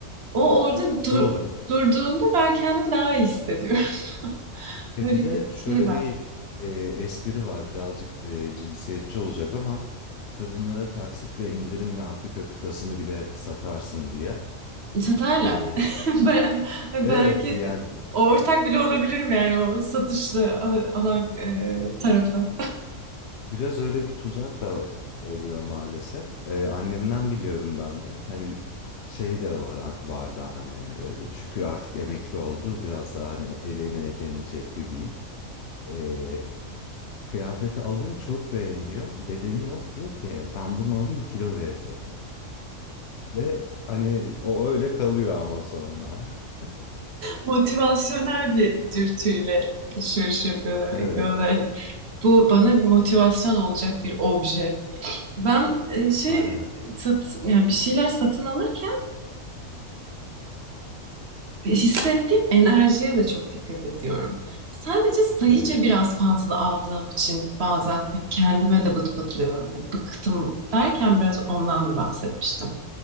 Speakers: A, on the right; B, on the left.
A: O orada dur,
B: Doğru.
A: durduğunda ben kendimi daha iyi hissediyorum. <laughs>
B: E
A: Böyle
B: bir de
A: bir
B: şöyle
A: şey var.
B: bir e, espri var birazcık e, cinsiyetçi olacak ama kadınlara taksit ve indirimle Afrika kıtasını bile satarsın diye.
A: Satarlar.
B: E,
A: <laughs> Ben,
B: evet
A: belki
B: yani
A: ortak bile olabilirim yani o satışlı al- alan e, tarafı.
B: Biraz öyle bir tuzak da oluyor maalesef. Ee, annemden biliyorum ben de. Hani şey de var, vardı annemde. Şükür artık emekli oldu. Biraz daha hani elini eteğini çekti diyeyim. Ee, kıyafeti alıyor, çok beğeniyor. Bedeni yok diyor ki ben bunu alayım kilo veririm. Ve hani o öyle kalıyor ama sonra. <laughs>
A: Motivasyonel bir dürtüyle alışveriş yapıyor
B: Evet,
A: demek ki o da. hani Bu bana bir motivasyon olacak bir obje. Ben e, şey
B: aynen.
A: sat, yani bir şeyler satın alırken hissettiğim enerjiye de çok dikkat ediyorum. Sadece sayıca
B: Hmm,
A: biraz fazla aldığım için bazen hani kendime de bıt bıtlıyorum. Hani bıktım derken biraz ondan bahsetmiştim.